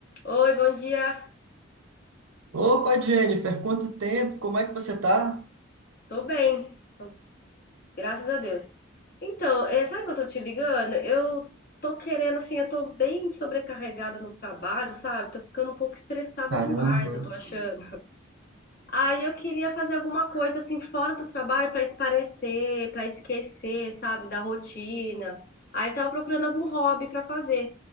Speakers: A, on the left; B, on the right.
A: Oi, bom dia.
B: Opa, Jennifer, quanto tempo? Como é que você tá?
A: Tô bem, tô- graças a Deus. Então, eh, sabe que eu tô te ligando? Eu tô querendo, assim, eu tô bem sobrecarregada no trabalho, sabe? Tô ficando um pouco estressada
B: Caramba.
A: demais, eu tô achando. Aí eu queria fazer alguma coisa, assim, fora do trabalho pra esparecer, pra esquecer, sabe, da rotina. Aí eu tava procurando algum hobby pra fazer,